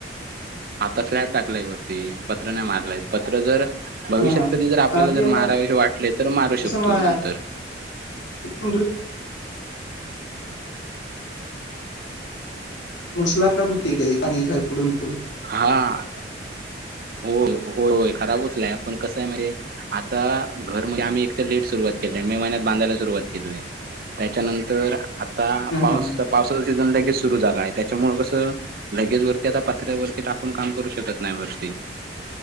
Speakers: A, on the right; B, on the left.
A: आता स्लॅप टाकलाय वरती पत्र नाही. मारलाय पत्र जर,
B: हा
A: भविष्यात
B: हा
A: कधी जर आपल्याला
B: आणि ते
A: जर
B: आता
A: मारावेसे वाटले तर मारू
B: तसं
A: शकतो
B: ना
A: नंतर,
B: <unintelligible> मग स्लॅप का बुतीडे पाणी सारखं पडून, पडून
A: हा, हो, होय खराब होत नाही. आपण कसं आहे म्हणजे, आता घर म्हणजे आम्ही एक तर लेट सुरुवात केली आहे. मे महिन्यात बांधायला सुरुवात केलीय. त्याच्यानंतर आता
B: ह
A: पावसाच
B: हा
A: पावसाचा सीझन लगेच सुरू झाला आहे. त्याच्यामुळ कसं लगेच, वरती आता पत्र्यावरती टाकून काम करू शकत नाही वरती.